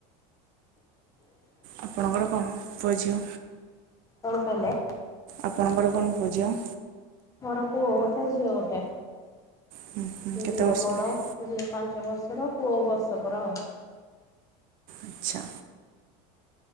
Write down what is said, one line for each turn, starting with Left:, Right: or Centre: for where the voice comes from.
Right: ଆପଣଙ୍କର କଣ ପୁଅ ଝିଅ?
Left: କଣ କହିଲେ?
Right: ଆପଣଙ୍କର କଣ ପୁଅ ଝିଅ?
Left: ମୋର ପୁଅ ଗୋଟେ ଝିଅ ଗୋଟେ।
Right: ହୁଁ ହୁଁ କେତେ
Left: ଝିଅ
Right: ବର୍ଷ
Left: ବଡ।
Right: ଲାଗେ
Left: ଝିଅ ପାଞ୍ଚ ବର୍ଷର ପୁଅ ବର୍ଷକର।
Right: ଆଚ୍ଛା